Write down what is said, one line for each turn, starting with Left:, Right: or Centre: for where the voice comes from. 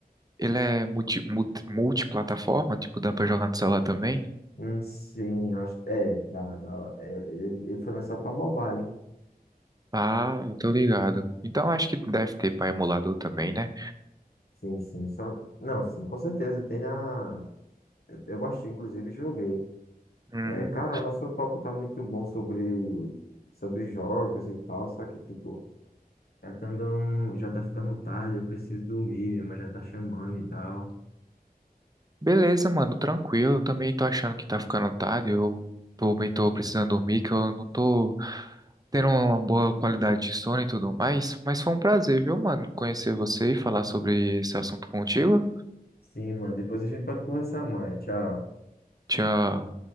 Right: Ele é multi, multi, multiplataforma, tipo, dá pra jogar no celular também?
Left: Hum, sim, acho. É, dá, dá. É, ele, ele foi lançado pra mobile, hein?
Right: Ah, eu tô ligado. Então acho que deve ter pra emulador também, né?
Left: Sim, sim. Só... Não, sim, com certeza. Tem na. Eu eu baixei, inclusive, e joguei.
Right: Hum,
Left: É, cara, nosso papo tá muito bom sobre, sobre jogos e tal, só que, tipo. Já tá andando, já tá ficando tarde, eu preciso dormir, minha mãe já tá chamando e tal.
Right: beleza, mano, tranquilo. Eu também tô achando que tá ficando tarde. Eu também tô precisando dormir, que eu não tô. ter uma boa qualidade de sono e tudo mais. Mas foi um prazer, viu, mano, conhecer você e falar sobre esse assunto contigo.
Left: Sim, mano, depois a gente pode conversar mais. Tchau.
Right: Tchau.